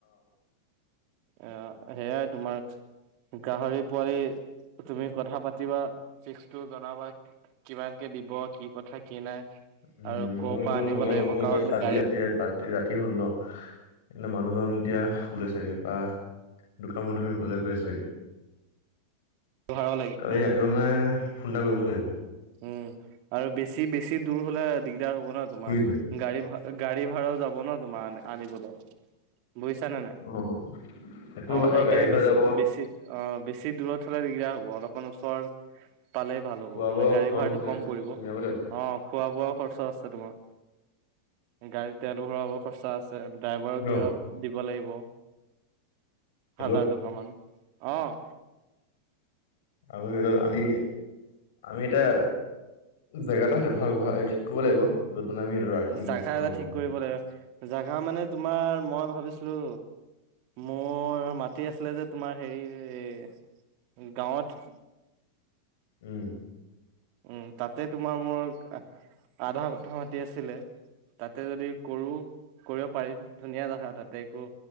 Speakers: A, on the right (about 45°); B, on the left (about 55°).
A: অঁ সেইয়াই তোমাৰ গাহৰি পোৱালি তুমি কথা পাতিবা, ফিক্সটো জনাবা, কিমান কে দিব কি কথা কি নাই।
B: উম
A: আৰু ক'ৰ
B: মই এইটো
A: পৰা আনিব
B: মিলাই
A: লাগিব
B: মই
A: কাৰণ
B: এতিয়া আজি
A: গাড়ী
B: ৰাতি, ৰাতি হ'ল ন। এনে মানুহজন এতিয়া শুলে চাগে বা, দোক বন্ধ কৰি ঘৰলৈ গৈ আছে চাগে।
A: ভাড়াও লাগিব
B: কালি ৰাতিপুৱা মানে ফোন এটা কৰিব লাগিব।
A: উম আৰু বেছি বেছি দূৰ হলে দিগদাৰ হ'ব ন তোমাৰ,
B: বুজিছা।
A: গাড়ী ভ গাড়ী ভাড়াও যাব ন তোমাৰ আনিবলৈ। বুজিছানে নে নাই?
B: অ', সেইটো
A: অঁ
B: হয়
A: সেইকাৰণে
B: গাড়ী ভাড়া
A: বেছি
B: যাব
A: বেছি অঁ বেছি দূৰত হলে দিগদাৰ হ'ব অলপ। ওচৰ পালে -
B: খোৱা
A: মানে
B: বোৱা
A: গাড়ী
B: খৰচ
A: ভাড়াটো
B: আছে
A: কম পৰিব,
B: চব মিলাব লাগিব।
A: অঁ খোৱা বোৱা খৰচা আছে তোমাৰ। গৰিদট <unintelligible>
B: ন
A: <unintelligible> লাগিব
B: হেল্ল'
A: হাজাৰ টকা মান অঁ।
B: আব <unintelligible> আমি আমি এতিয়া জেগা এটা ভাল ভাল ঠিক কৰিব লাগিব। মানে আমি সেইটো ৰাখিম
A: জাগা
B: খুৱাম
A: এটা ঠিক
B: বোৱাম
A: কৰিব লাগে, জাগা মানে তোমাৰ মই ভাবিছিলো, মোৰ মাতি আছিলে যে তোমাৰ হেৰি গাঁৱত।
B: উম।
A: উম তাতে তোমাৰ মোৰ আধা পথা মাতি আছিলে। তাতে যদি কৰো, কৰিব পাৰিম, ধুনীয়া জেগা তাতে একো